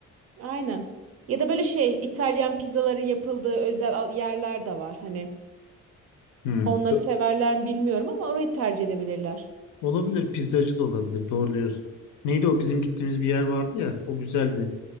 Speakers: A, on the right (about 50°); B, on the left (about 80°).
A: Aynen. Ya da böyle şey İtalyan pizzaların yapıldığı özel al- yerler de var. Hani
B: Hmm.
A: onları
B: Ö-
A: severler mi bilmiyorum ama orayı tercih edebilirler.
B: Olabilir. Pizzacı da olabilir. Doğru diyorsun. Neydi o bizim gittiğimiz bir yer vardı ya. O güzeldi.